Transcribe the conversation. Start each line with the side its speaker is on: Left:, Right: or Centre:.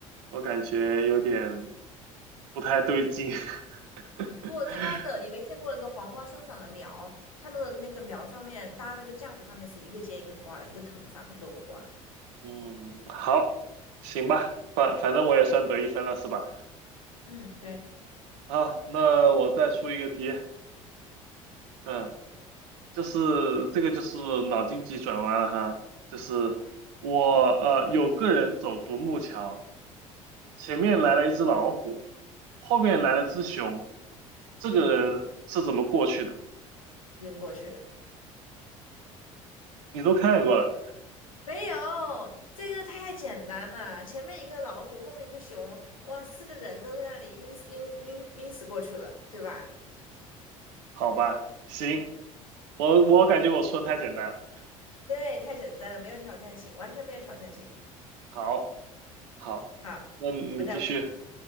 Right: 我感觉有点不太对劲。<laughs>
Left: 不过它的你没见过那个黄瓜生长的苗，它的那个苗上面搭那个架子上面是一个接一个瓜的，一个藤上很多个瓜。
Right: 嗯，好，行吧，反反正我也算得一分了，是吧？
Left: 嗯，对，
Right: 好，那我再出一个题，嗯，就是这个就是脑筋急转弯了哈，就是我呃有个人走独木桥。前面来了一只老虎，后面来了只熊，这个人是怎么过去的？
Left: 嗯，晕过去了。
Right: 你都看过了，
Left: 没有，这个太简单了。前面一个老虎，后面一个熊，哇，四个人都在那里晕死晕晕晕死过去了，对吧？
Right: 好吧？行，我我感觉我说的太简单了。
Left: 对，太简单了，没有挑战性，完全没有挑战性。
Right: 好，好，
Left: 好，
Right: 那你继续。
Left: 我再问你